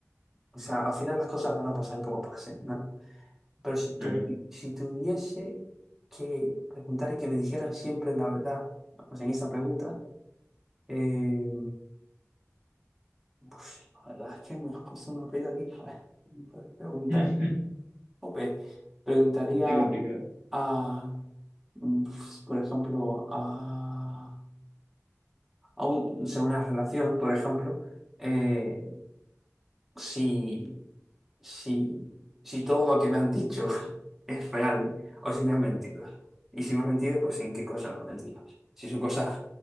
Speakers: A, in the centre; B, on the right.
A: O sea, al final las cosas van a pasar como pasen, ¿no? Pero si tu,
B: Claro.
A: si tuviese que preguntar y que me dijeran siempre la verdad, o sea, en esta pregunta, eh, pues, la verdad es que me has puesto una pega aquí. A ver, puedes preguntar.
B: <laughs>
A: Ope, preguntaría
B: Está complicado.
A: a, mm, pues, por ejemplo, a a un- o sea, una relación, por ejemplo, eh, si, si, si todo lo que me han dicho <laughs> es real o si me han mentido. Y si me han mentido, pues en qué cosas me han mentido. Si son cosas